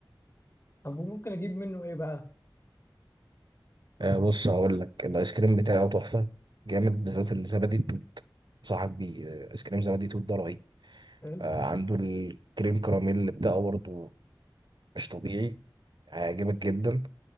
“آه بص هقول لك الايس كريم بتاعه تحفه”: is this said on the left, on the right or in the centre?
Right